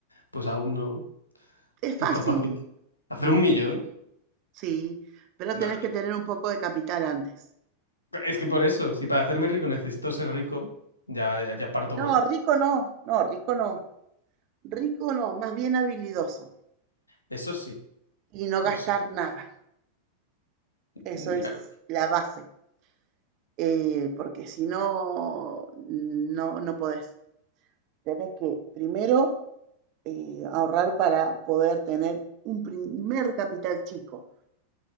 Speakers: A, on the left; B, on the right.
A: pues aún no,
B: Es fácil,
A: no capacito. ¿Hacer un millón?
B: sí, pero
A: No.
B: tenés que tener un poco de capital antes.
A: Es que por eso, si para hacerme rico necesito ser rico, ya, ya, ya parto mal.
B: No, rico no, no, rico no, rico no, más bien habilidoso
A: Eso sí,
B: y no
A: no
B: gastar
A: sé.
B: nada. Eso
A: Bueno,
B: es la base, eh, porque si no, no, no podés. Tenés que primero eh, ahorrar para poder tener un primer capital chico.